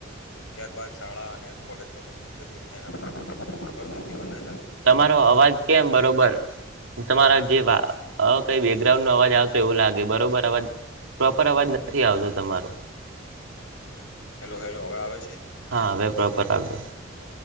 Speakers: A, on the left (about 80°); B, on the right (about 75°).
A: ત્યારબાદ શાળા અને કોલેજ તેને પુસ્તકિયું જ્ઞાન આપવા નું
B: તમારો અવાજ કેમ બરોબર તમારા જેવા હ કઈ બેકગ્રાઉન્ડ નો અવાજ આવતો એવું લાગે બરોબર અવાજ પ્રોપર અવાજ નથી આવતો તમારો
A: હેલો હેલો હવે આવે છે.
B: હા હવે પ્રોપર આવયો